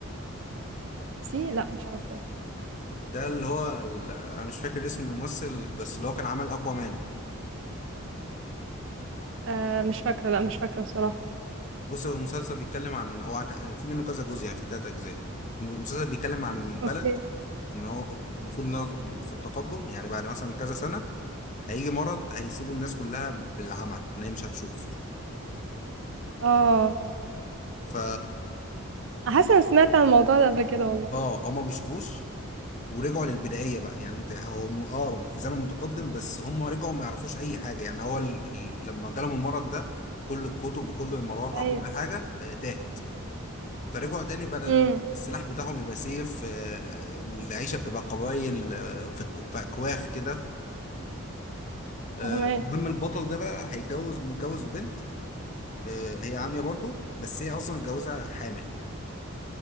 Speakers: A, on the right (about 60°); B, on the left (about 35°).
A: سي لا مش عارفه
B: ده اللي هو ال- انا مش فاكر اسم الممثل بس اللي هو كان عمل اقوى مان
A: آه مش فاكره لا مش فاكره الصراحه
B: بص هو المسلسل بيتكلم عن هو عت- في منه كذا جزء يعني في تلات اجزاء المسلسل بيتكلم عن بلد
A: اوكي
B: ان هو المفروض إنها في التقدم يعني بعد مثلا كذا سنة هيجي مرض هيسيبوا الناس كلها بالعمى ان هي مش هتشوف
A: اه
B: ف
A: حاسه انا سمعت عن الموضوع ده قبل كده والله
B: اه هما ما بيشوفوش ورجعوا للبدائيه بقى يعني انت هو م- اه في زمن متقدم بس هم رجعوا ما يعرفوش اي حاجه يعني هو ال... ال... لما جالهم المرض ده كل الكتب وكل المراجع
A: ايوه
B: كل حاجه آه، تاهت فرجعوا تاني بدل
A: امم
B: السلاح بتاعهم يبقى سيف آه، العيشه بتبقى قبايل آه، في الك- في اكواخ كده آه،
A: فاهمه
B: المهم البطل ده بقى هيتجوز متجوز بنت آه، هي عاميه برضو بس هي اصلا متجوزه حامل